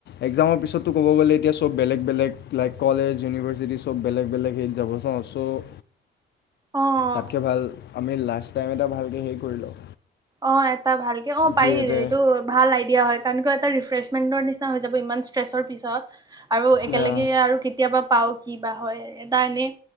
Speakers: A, on the left; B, on the right.
A: একজামৰ পিছতো ক'ব গ'লে এতিয়া চব বেলেগ বেলেগ লাইক কলেজ ইউনিভাৰ্চিটি চব বেলেগ বেলেগ সেইত যাব চওঁ চ'
B: অ',
A: তাতকে ভাল আমি লাষ্ট টাইম এটা ভালকৈ হেৰি কৰি লওঁঁ
B: অ, এটা ভালকে অ, পাৰি
A: যিহেতু
B: এইটো ভাল আইডিয়া হয়, কাৰণ কিয় এটা ৰিফ্ৰেছ মিন্দও নিচিনা হৈ যাব, ইমান ষ্টেছৰ পিছত আৰু একেলগে
A: ইয়া
B: আৰু কেতিয়াবা পাওঁ কিবা হয় এটা এনেই